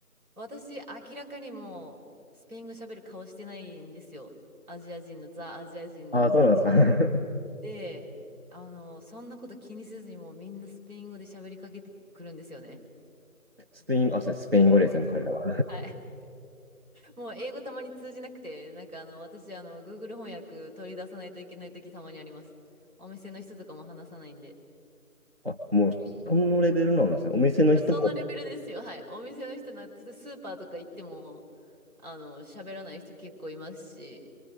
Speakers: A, on the right; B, on the right.
A: 私、明らかにもう、スペイン語喋る顔してないんですよ。アジア人の、ザ・アジア人の。
B: ああ、そうなんですか。<laughs>
A: で、あの、そんなこと気にせずに、もうみんなスペイン語で喋りかけてくるんですよね。
B: スペイン、あ、それスペイン語ですよね、彼らは。
A: はいもう英語たまに通じなくて、なんかあの、私、あの、Google 翻訳取り出さないといけない時たまにあります。お店の人とかも話さないんで。
B: あ、もうそのレベルなんですね。お店の人も、
A: そのレベルですよ、はい。お店の人な、スーパーとか行っても、あの、喋らない人結構いますし。